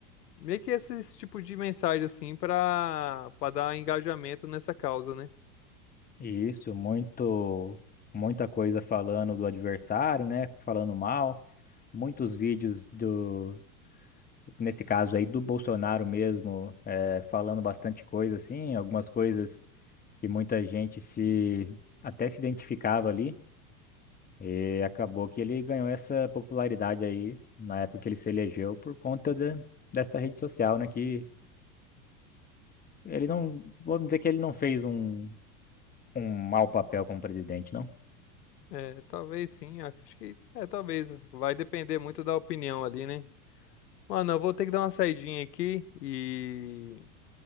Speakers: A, on the left; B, on the left.
A: Meio que esse, esse tipo de mensagem, assim, pra, pra dar engajamento nessa causa, né?
B: Isso, muito, muita coisa falando do adversário, né? Falando mal, muitos vídeos do, nesse caso aí, do Bolsonaro mesmo, eh, falando bastante coisa, assim, algumas coisas que muita gente se até se identificava ali, e acabou que ele ganhou essa popularidade aí na época que ele se elegeu por conta da- dessa rede social, né? Que Ele não. Vamos dizer que ele não fez um, um mau papel como presidente, não.
A: É, talvez sim, acho que. É, talvez. Vai depender muito da opinião ali, né? Mano, eu vou ter que dar uma saidinha aqui e